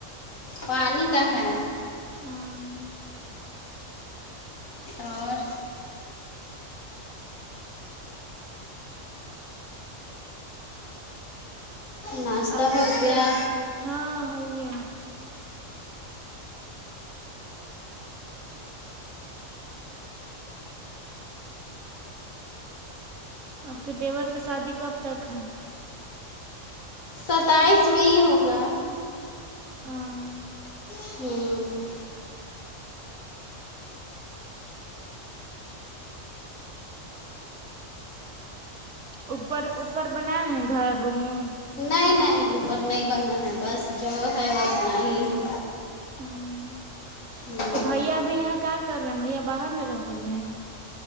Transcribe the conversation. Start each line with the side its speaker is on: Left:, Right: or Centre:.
Left: پانی کا ہے
Right: ہاں
Left: اور ناشتہ
Right: آب کے
Left: ہو گیا
Right: ہاں ہو گیا آپ کے دیور کا شادی کب تک ہے
Left: ستائیس میں ہی ہوگا
Right: ہاں
Left: ہوں
Right: اوپر اوپر بنایا ہے گھر روم ووم
Left: نہیں نہیں اوپر نہیں بنا ہے بس جو ہے وہ اتنا ہی ہے
Right: ہوں
Left: ہوں
Right: تو بھیا بھی یہاں کیا کر رہے ہیں بھیا باہر نہیں رہتے تھے